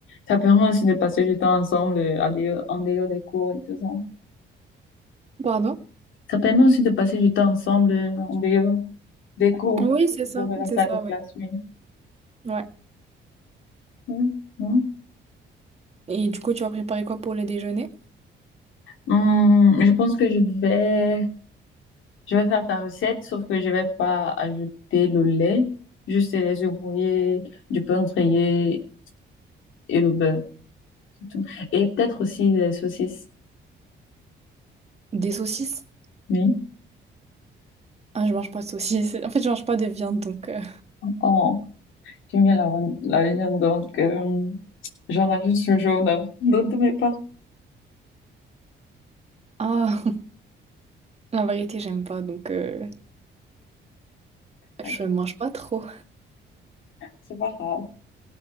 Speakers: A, on the left; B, on the right.
A: Ça permet aussi de passer du temps ensemble euh, en dehors, en dehors des cours et tout ça.
B: Pardon?
A: Ça permet aussi de passer du temps ensemble euh, en dehors des cours,
B: Oui, c'est ça,
A: de relaxer
B: c'est ça,
A: avec
B: oui.
A: la classe, oui.
B: Ouais.
A: Oui, non.
B: Et du coup, tu vas préparer quoi pour le déjeuner?
A: Hum, je pense que je vais, je vais faire ta recette, sauf que je vais pas ajouter le lait, juste les œufs brouillés, du pain grillé et le beurre. c'est tout. Et peut-être aussi des saucisses.
B: Des saucisses?
A: Oui.
B: Ah, je mange pas de saucisses. <laughs> En fait, je mange pas de viande, donc... euh,
A: oh 어, 김이랑은 la van- la viande, donc euh, j'en rajoute ce jaune hein, dans tous mes plats.
B: Ah, <laughs> la vérité, j'aime pas, donc... euh,
A: Ok,
B: Je mange pas trop.
A: c'est pas grave.